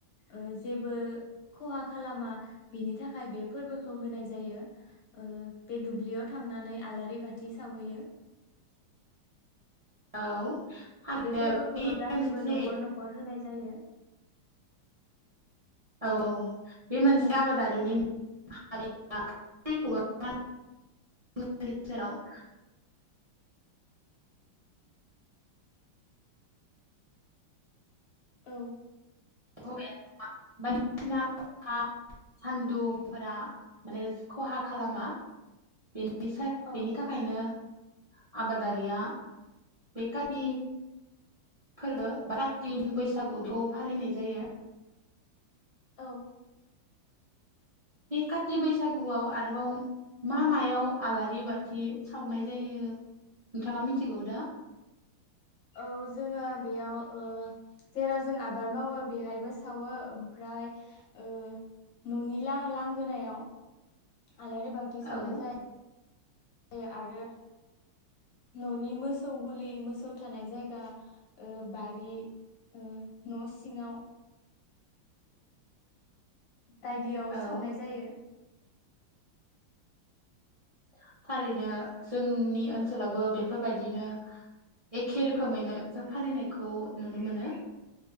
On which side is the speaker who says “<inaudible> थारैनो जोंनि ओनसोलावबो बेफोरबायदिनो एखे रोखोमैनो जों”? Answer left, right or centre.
Right